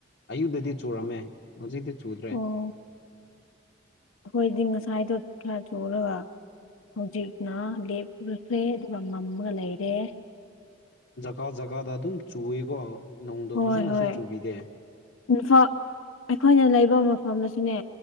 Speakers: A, on the left; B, on the left.
A: ꯑꯌꯨꯛꯗꯗꯤ ꯆꯨꯔꯝꯃꯦ ꯍꯧꯖꯤꯛꯇꯛꯇꯤ ꯆꯨꯗ꯭ꯔꯦ
B: ꯑꯣ ꯑꯩꯈꯣꯏꯗꯤ ꯉꯁꯥꯏꯗꯣ ꯈꯔ ꯆꯨꯔꯒ ꯍꯧꯖꯤꯛꯅ ꯂꯦꯞꯂꯈ꯭ꯔꯦ ꯑꯗꯨꯒ ꯃꯝꯃꯥꯒ ꯂꯩꯔꯦ
A: ꯖꯒꯥ ꯖꯒꯥꯗ ꯑꯗꯨꯝ ꯆꯨꯏꯌꯦꯀꯣ ꯅꯣꯡꯗꯣ
B: ꯍꯣꯏ
A: ꯐꯖꯅꯁꯨ
B: ꯍꯣꯏ
A: ꯆꯨꯕꯤꯗꯦ
B: ꯏꯝꯐꯥꯜ ꯑꯩꯈꯣꯏꯅ ꯂꯩꯕ ꯃꯐꯝꯗꯁꯨꯅꯦ